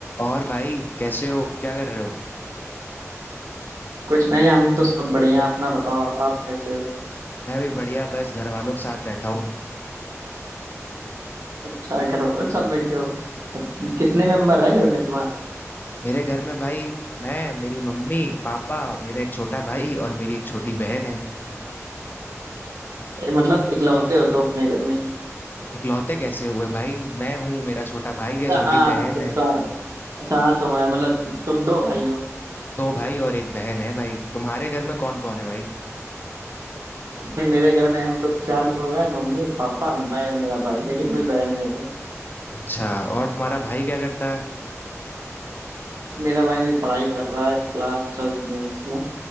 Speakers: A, on the left; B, on the right.
A: और भाई कैसे हो क्या कर रहे हो
B: कुछ नहीं हम तो सब बढ़िया अपना बताओ आप कैसे हो
A: मैं भी बढ़िया बस घर वालों के साथ बैठा हूँ
B: अच्छा है घर वालों के साथ बैठे हो कितने मेंबर है घर में तुम्हारे
A: मेरे घर में भाई मैं मेरी मम्मी पापा मेरा एक छोटा भाई और मेरी एक छोटी बहन है
B: ए, मतलब इकलौते हो तो अपने घर में ही?
A: इकलौते कैसे हुए भाई मैं हूँ मेरा छोटा भाई है
B: अच्छा
A: छोटी
B: हाँ
A: बहन
B: तो,
A: है
B: तो अच्छा हाँ तुम्हारे मतलब तुम दो भाई हो
A: दो भाई और एक बहन है भाई तुम्हारे घर में कौन कौन है भाई
B: नहीं, मेरे घर में हम लोग चार लोग हैं मम्मी पापा मैं और मेरा भाई मेरी कोई बहन नहीं है
A: अच्छा और तुम्हारा भाई क्या करता है
B: मेरा भाई भी पढ़ाई कर रहा है क्लास ट्वेल्थ में इसमें